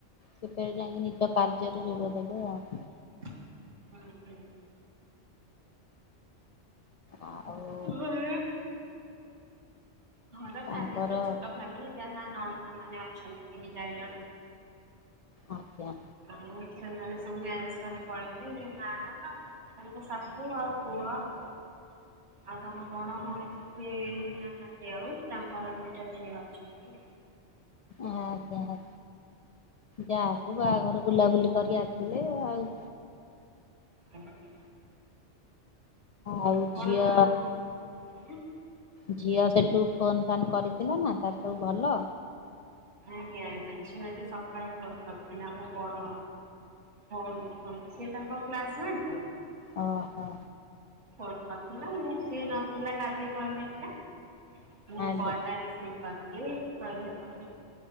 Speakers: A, on the left (about 75°); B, on the right (about 80°).
A: ସେତେଳେ ଯାଇକି ନିଜ କାର୍ଯ୍ୟରେ ଯୋଗଦେବେ ଆଉ।
B: <unintelligible>
A: ଆଉ
B: <unintelligible> ଘର
A: ତାଙ୍କର
B: ଫ୍ୟାମିଲି ତ ଛୋଟ ଫ୍ୟାମିଲି ଯାହା ନଣନ୍ଦ ମାନେ ଅଛନ୍ତି ତିନି ଚାରି ଜଣ।
A: ଆଜ୍ଞା।
B: ଆଉ ସେମାନେ ସବୁ <unintelligible> ପଳେଇବେ ମା ତମେତ ଶାଶୁ ଆଉ କୁହ ଆଉ ଆଉ ତମ କଣ ବଡ଼ଭଉଣୀ ଯିଏ ସେ ନାହାନ୍ତି ଆଉ ତାଙ୍କର ଦିଇଟା ଝିଅ ଅଛନ୍ତି
A: ଆଜ୍ଞା ଆ ଯା ହଉ ବାହାଘର ବୁଲାବୁଲି କରି ଆସିଲେ ଆଉ।
B: <inaudible>
A: ଆଉ
B: ଆ କଣ
A: ଝିଅ
B: ଆଜ୍ଞା
A: ଝିଅ ସେଠୁ ଫୋନ ଫାନ କରିଥିଲା ନା ତାର ସବୁ ଭଲ?
B: ଆଜ୍ଞା ଆଜ୍ଞା ଝିଅ ଆଜି ସକାଳେ ଫୋନ କରିଥିଲା, ଆମ ବଡ <unintelligible> ସିଏ ତାଙ୍କ କ୍ଲାସମେଟ ତ।
A: ଓହ।
B: କଣ କରିଥିଲା ମୁଁ ସିଏ ନଥିଲା ଗାଧେଇ ପଳେଇ ଯାଇଥିଲା ମୁ
A: ଆଜ୍ଞା।
B: କଲଟା ରିସିଭ୍ କରିଥିଲି କହିଲା ଆଉ